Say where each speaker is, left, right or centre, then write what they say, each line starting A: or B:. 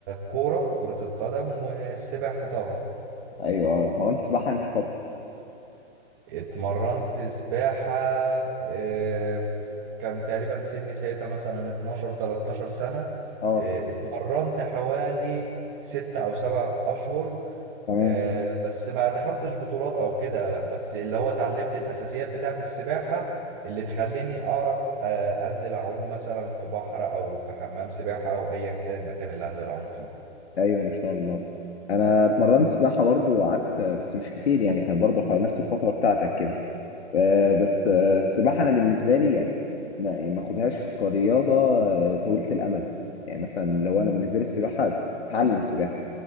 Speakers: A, on the right (about 15°); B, on the left (about 60°).
A: كوره كره القدم والسباحه طبعا
B: ايوه اه اتمرنت سباحة انت فترة
A: اتمرنت سباحة آه، ف- كان تقريبا سني ساعتها مثلا 12 13 سنة
B: اه
A: آه، اتمرنت حوالي ستة أو سبع أشهر
B: تمام
A: آه، بس ما دخلتش بطولات أو كده بس اللي هو اتعلمت الأساسيات بتاعة السباحة اللي تخليني أعرف آه، أنزل أعوم مثلا في بحر أو في حمام سباحة أو أيا كان المكان اللي أنزل أعوم فيه
B: ايوه ما شاء الله انا اتمرنت سباحة برضو وقعدت بس مش كتير يعني كان برضو حوالي نفس الفترة بتاعتك كده آه، بس آه، السباحة أنا بالنسبة لي يعني ما يعني ما أخدهاش كرياضة آه، طويلة الأمد يعني مثلا لو أنا بالنسبة لي السباحة أتعلم سباحة